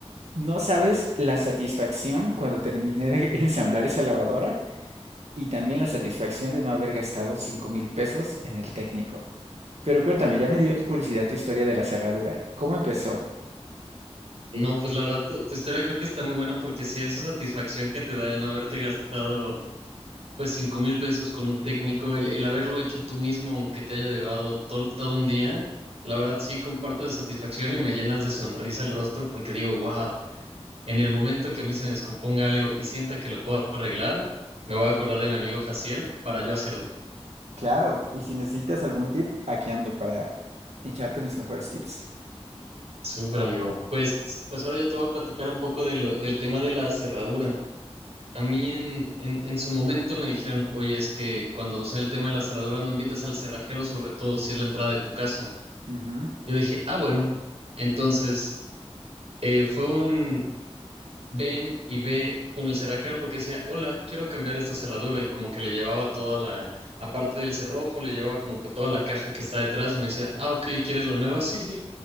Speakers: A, on the right (about 80°); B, on the right (about 65°).
A: No sabes la satisfacción cuando terminé de <laughs> ensamblar esa lavadora y también la satisfacción de no haber gastado cinco mil pesos en el técnico. Pero cuéntame, ya me dio tu curiosidad tu historia de la cerradura. ¿Cómo empezó?
B: No, pues la verdad, tu, tu historia creo que está muy buena porque sí, esa satisfacción que te da el no haberte gastado pues cinco mil pesos con un técnico, el, el haberlo hecho tú mismo, aunque te haya llevado todo, todo un día, la verdad sí comparto esa satisfacción y me llenas de sonrisa el rostro porque digo, wow. En el momento que a mí se me descomponga algo y sienta que lo puedo arreglar, me voy a acordar de mi amigo Jaciel para yo hacerlo.
A: Claro, y si necesitas algún tip, aquí ando para echarte mis mejores tips.
B: Súper amigo. Pues, pues ahora yo te voy a platicar un poco de lo- del tema de la cerradura. A mí en, en, en su momento me dijeron, oye, es que cuando sea el tema de la cerradura no invites al cerrajero, sobre todo si es la entrada de tu casa.
A: Ujú,
B: Yo dije, ah, bueno. Entonces, eh, fue un, ven y ve con el cerrajero porque decía, hola, quiero cambiar esta cerradura y como que le llevaba toda la, aparte del cerrojo, le llevaba como que toda la caja que está detrás y me decía, ah, ok, ¿quieres la nueva? Sí, sí.